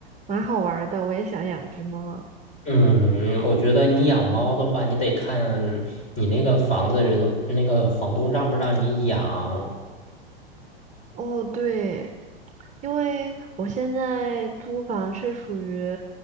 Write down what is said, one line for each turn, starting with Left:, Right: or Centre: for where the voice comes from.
Right: 蛮好玩儿的，我也想养只猫。
Left: 嗯，我觉得你养猫的话，你得看你那个房子那个房东让不让你养
Right: 哦，对，因为我现在租房是属于